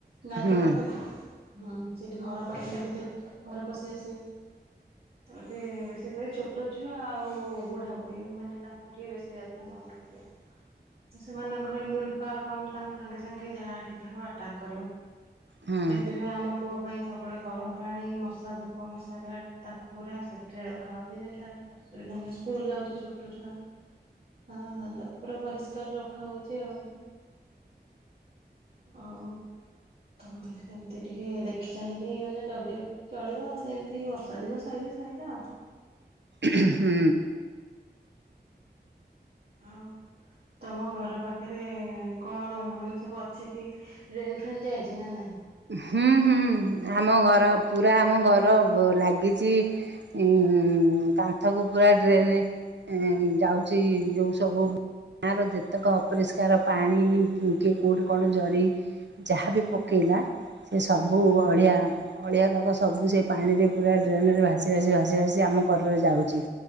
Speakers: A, on the right; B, on the right.
A: ଗାଈଙ୍କ
B: ହୁଁ
A: ପାଖରେ ହଁ ସେଠି ଘର ପାଖରେ ଥିଲେ ଘରେ ପଶି ଆସିବେ। ହ ତେ ବେଶୀ କରି ଛୋଟ ଛୁଆ ଆଉ ବୁଢ଼ାବୁଢ଼ୀ ମାନେ ତାଙ୍କୁ ଟିକେ ବେଶୀ ଯତ୍ନ ନେବାକୁ ପଡିବ। ସେମାନଙ୍କର ଇମ୍ୟୁନିଟି ପାୱାର କମ ତାଙ୍କୁ ସାଙ୍ଗେ ସାଙ୍ଗେ ଯାହା ଟିକେ ହବ ଆଟାକ୍ କରିବ।
B: ହୁଁ
A: ସେଥିପାଇଁ ଆମ ପୁଅ ପାଇଁ ସବୁବେଳେ ଗରମ ପାଣି, ମଶା ଧୂପ, ମଶା ବି ତାକୁ ପୁରା ସେଫ୍ଟିରେ ରଖା ହେଉଛି ଯେମି ଅସୁବିଧା ନାହିଁ, ସ୍କୁଲ ଯାଉଛି ଛୋଟ ଛୁଆ। ଆଁ ତାକୁ ପୁରା ପରିଷ୍କାର। ରଖା ହଉଛି ଆଉ, ଆଉ ତମେ ସେମିତି ଟିକେ ଦେଖି ଚାହିଁକି ମାନେ ଜଗି ଚଳିବ ଯେମିତି ବର୍ଷା ଦିନ ସରିଲେ ସଇିଲା ଆଉ।
B: ଉଁ ହୁଁ।
A: ଆଉ ତମ ଘର ପାଖରେ କଣ ମାନେ ସବୁ ଅଛି କି ଡେନ ଫ୍ରେନ ଯାାଇଛି ନା ନାଇଁ?
B: ହୁଁ ହୁଁ ଆମ ଘର ପୁରା ଆମ ଘର ଲାଗିଚି ଉ କାନ୍ଥକୁ ପୁରା ଡ୍ରେନ୍ ଏ ଯାଉଛି ଯୋଉ ସବୁ ଗାଁର ଯେତେକ ଅପରିଷ୍କାର ପାଣି କି କେଉଁଠି କଣ ଜରି ଯାହାବି ପକେଇଲା ସେ ସବୁ ଅଳିଆ ଅଳିଆ ତକ ସବୁ ସେ ପାଣି ରେ ପୁରା ଡ୍ରେନ ରେ ଭାସି ଭାସି ଭାସି ଭାସି ଆମ ଘରରେ ଯାଉଛି।